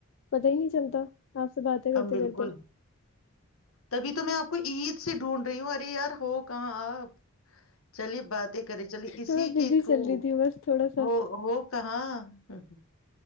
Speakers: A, on the left; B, on the left.
A: پتا ہی نہیں چلتا آپ سے باتیں کرتے
B: ہم بالکل
A: کرتے
B: تبھی تو میں آپ کو عید سے ڈھونڈ رہی ہوں ارے یار ہو کہاں آ چلیے باتیں کرے چلیے اسی
A: میں بزی
B: کے تھرو
A: چل رہی تھی بس تھوڑا سا
B: ہو ہو کہاں ہاں ہاں